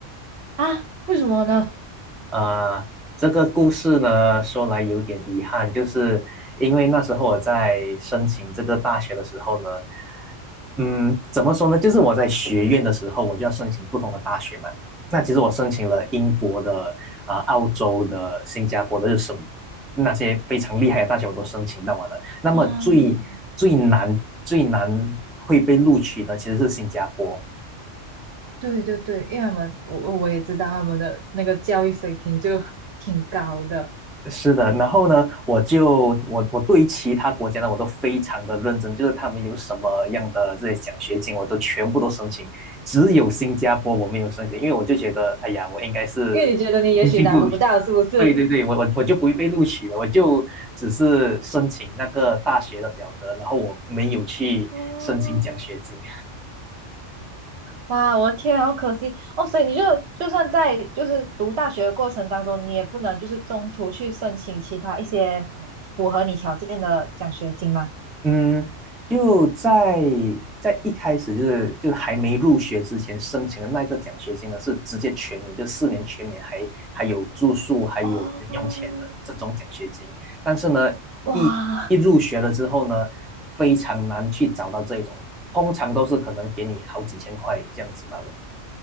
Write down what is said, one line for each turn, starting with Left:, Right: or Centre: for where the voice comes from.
Right: 啊，为什么呢？
Centre: 呃，这个故事呢，说来有点遗憾，就是因为那时候我在申请这个大学的时候呢，嗯，怎么说呢？就是我在学院的时候，我就要申请不同的大学嘛。那其实我申请了英国的、啊、澳洲的、新加坡的，就是什么那些非常厉害的大学我都申请到完了。那么最最难最难会被录取的其实是新加坡，
Right: 啊，对对对，因为他们我我也知道他们的那个教育水平就挺高的，
Centre: 是的，然后呢，我就我我对其他国家呢，我都非常的认真，就是他们有什么样的这些奖学金，我都全部都申请，只有新加坡我没有申请，因为我就觉得，哎呀，我应该是
Right: 因为你觉得你也许拿不到，
Centre: 经济部，<laughs>
Right: 是不是？
Centre: 对对对，我我我就不会被录取了，我就只是申请那个大学的表格，然后我没有去申请奖学金，
Right: 哦，哇，我的天啊好可惜哦！所以你就就算在就是读大学的过程当中，你也不能就是中途去申请其他一些嗯符合你条件的奖学金吗？
Centre: 嗯，就在在一开始就是就是还没入学之前申请的那个奖学金呢，是直接全免，就四年全免还，还有住宿，还有零用钱的这种奖学金。
Right: 哦，
Centre: 但是呢，
Right: 哇，
Centre: 一一入学了之后呢，非常难去找到这一种，通常都是可能给你好几千块这样子罢了。